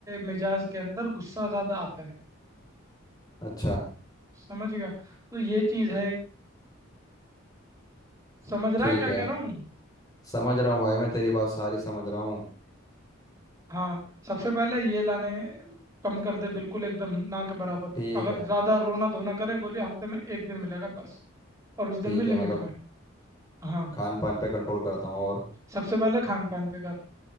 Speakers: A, on the right; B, on the left.
A: मिजाज के अंदर गुस्सा ज़्यादा आता है
B: अच्छा
A: समझ गया तो ये चीज़ है एक समझ रहा
B: ठीक
A: है क्या
B: है
A: कह रहा हूँ
B: समझ रहा हूँ भाई मैं तेरी बात सारी समझ रहा हूँ
A: हाँ सबसे पहले ये लाने कम कर दे बिल्कुल एकदम ना के बराबर
B: ठीक
A: अगर
B: है
A: ज़्यादा रोना धोना करे बोलिए हफ्ते में एक दिन मिलेगा बस और उस
B: ठीक
A: दिन भी लिमिट
B: है मतलब
A: में हाँ
B: खान पान पे कंट्रोल करता हूँ और
A: सबसे पहले खान पान पे कर